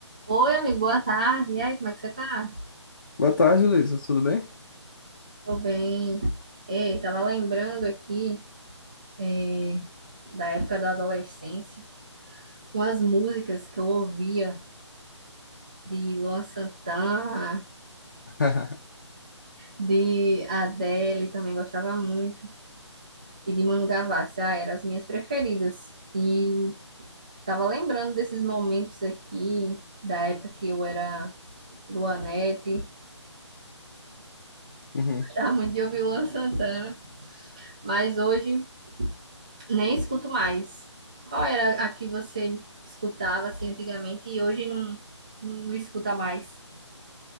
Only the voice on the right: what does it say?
Oi, amigo, boa tarde. E aí, como é que você tá?
Tô bem. Ei, tava lembrando aqui é, da época da adolescência, umas músicas que eu ouvia de Luan Santana,
de Adele, também gostava muito, e de Manu Gavassi. Ah, eram as minhas preferidas. E tava lembrando desses momentos aqui, da época que eu era Luanete,
gostava muito de ouvir Luan Santana, mas hoje Nem escuto mais. Qual era a que você escutava assim antigamente e hoje não, não escuta mais?